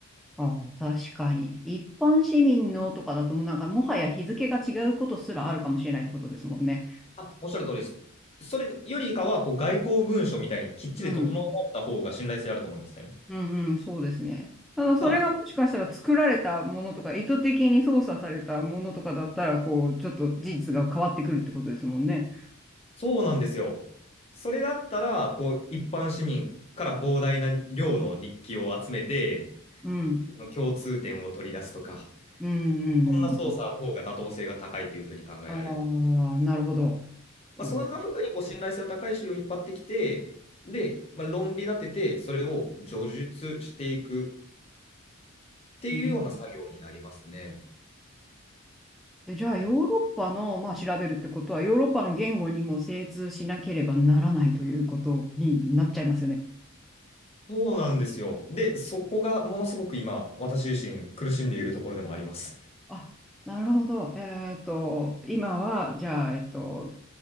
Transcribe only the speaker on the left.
あ、おっしゃる通りです。それよりかは、こう、外交文書みたいにきっちり整えられた方が信頼性あると思いますね。
ただ、そうなんですよ。それだったら、こう、一般市民から膨大な量の日記を集めて、
共通点を取り出すとか、
そんな操作の方が妥当性が高いというふうに考えられると。
まあ、そんなふうにこう信頼性の高い資料を引っ張ってきて、で、まあ、論理立てて、それを叙述していくっていうような作業になりますね。
うん
そうなんですよ。で、そこがものすごく今、私自身苦しんでいるところでもあります。